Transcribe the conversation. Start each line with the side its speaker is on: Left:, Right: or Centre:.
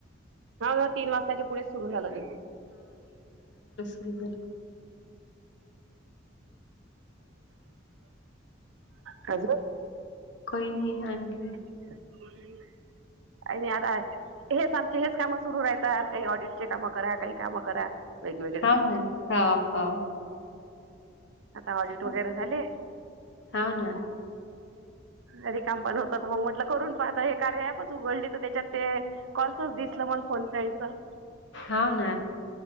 Right: हा ह तीन वाजताच्या पुढे सुरू झालं ते
Left: ब झार
Right: हज
Left: कोय नि हांखी
Right: अ नाही आताश. हेच आमचे हेच कामं सुरू राहत काही ऑडिटचे कामं करा काही कामं करा. वेगवेगळे
Left: हा ना हा हो..
Right: आता ऑडिट
Left: ना.
Right: वगैरे झाले.
Left: हाव ना,
Right: अ र काम पण होत तर मग म्हटलं करून पता हे कार्य ॲप उघडली तर त्याच्यात ते. कॉलचच दिसलं मला फोन फ्रेंड्स च
Left: हा ना